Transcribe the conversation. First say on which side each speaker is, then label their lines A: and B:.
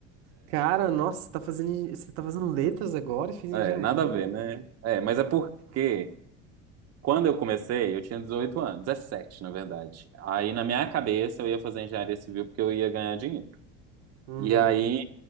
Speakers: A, on the right; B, on the right.
A: Cara, nossa, você tá fazendo, você tá fazendo letras agora e fez
B: É,
A: engenharia?
B: nada a ver, né? É, mas é porque quando eu comecei, eu tinha 18 anos, 17, na verdade. Aí na minha cabeça eu ia fazer engenharia civil porque eu ia ganhar dinheiro.
A: Uhum.
B: E aí